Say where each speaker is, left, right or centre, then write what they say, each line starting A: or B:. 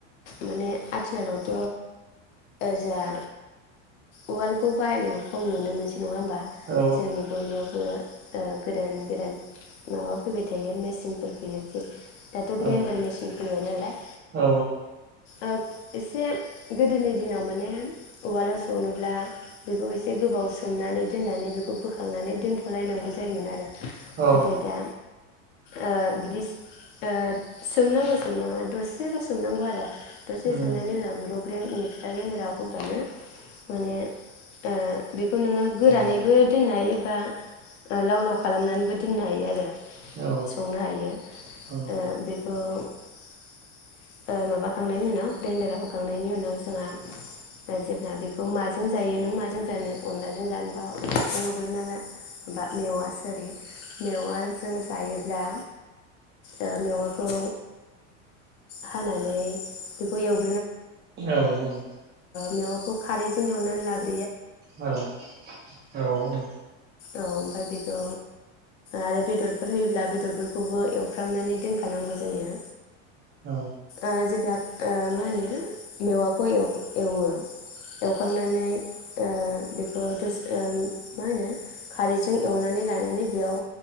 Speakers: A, on the left (about 75°); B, on the right (about 25°).
A: माने आथिखालावथ' जोंहा उवालखौ बाहायनायखौ खम नुनो मोनसै नंङा होमबा
B: औ
A: जोंनि बयनियावबो ओ गोदान गोदान माबा फैबाय थायो मेसिनफोर फैयो दाथ'
B: औ
A: ग्रेनदार मेसिन फैबायनालाय
B: औ
A: ओ एसे गोदोनि दिनाव माने उवालाव सौनोब्ला बेखौ एसे गोबाव सोमनानै दोननानै बेखौ बोखांनानै दोनथ'लायनांगौ जायोमोन आरो।
B: औ
A: नाथाय दा ओ बिदि ओ सोमनांगौ सोमनांङा दसेल' सोमनांगौ आरो। दसे
B: उम
A: सोमनायनि उनाव बेखौ ग्रेन्द मिक्सार ग्रेडाराव होबानो माने ओ बेखौ नोंङो गोरानैबो
B: औ
A: दोननो हायो। बा लाव लाव खालामनानैबो दोननो हायो आरो।
B: औ
A: संनो हायो। ओ
B: औ
A: बेखौ ओ माबाखांनायनि उनाव ग्रेन्दाराव होखांनायनि उनाव जोंहा जेब्ला बेखौ माजों जायो नों माजों जानो अनलाजों जानोबा अनलाखौ एवग्रोना ला मेवा स'रि मेवाजों जायोब्ला ओ मेवाखौ हानानै बेखौ एव
B: औ औ
A: मेवाखौ खारैजों एवनानै लाग्रो
B: औ औ औ
A: औ ओमफाय बेखौ आरो बेदरफोर होयोब्ला बेदरफोरखौबो एवफ्रामनानै दोनखानांगौ जायो।
B: औ
A: ओ जेब्ला ओ मा होनो मेवाखौ एव-एवो। एवखांनानै ओ बेखौ दसे ओ मा होनो खारैजों एवनानै लानानै बेयाव